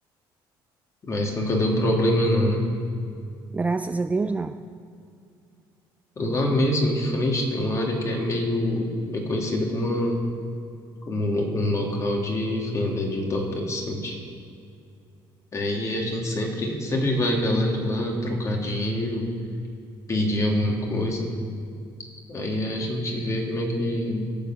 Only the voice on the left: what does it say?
Mas nunca deu problema não, né?
Lá mesmo em frente tem uma área que é meio, meio conhecida como, uma, como um local de venda de entorpecente. É, e a gente sempre, sempre vai a galera lá trocar dinheiro, pedir alguma coisa. Aí a gente vê como é que,